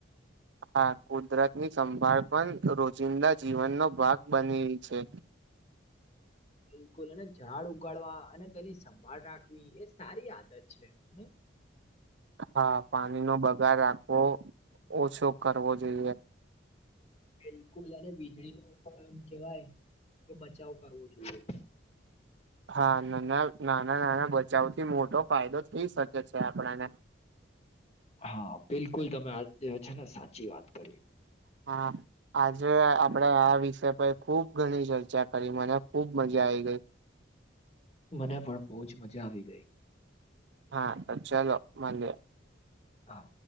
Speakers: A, on the right; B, on the left.
A: હા કુદરતની સંભાળ પણ રોજિંદા જીવનનો ભાગ બની રહી છે.
B: બિલકુલ અને ઝાડ ઉગાડવા અને તેની સંભાળ રાખવી એ સારી આદત છે નઈ?
A: હા પાણીનો બગાર રાવો ઓછો કરવો જોઈએ.
B: બિલકુલ અને વીજળી ન પણ આમ કેવાય. કે બચાવ કરવો જોઈએ.
A: હા નાના નાના નાના બચાવ થી મોટો ફાયદો થઈ શકે છે આપણાને. <inaudible>
B: હા બિલકુલ તમે આ જે છે ને સાચી વાત કરી.
A: હા આજે આપડે આ વિષય પર ખુબ ઘણી ચર્ચા કરી મને ખુબ મજા આઈ ગઈ.
B: મને પણ બહુ જ મજા આવી ગઈ.
A: હા તો ચાલો મલીએ.
B: હા.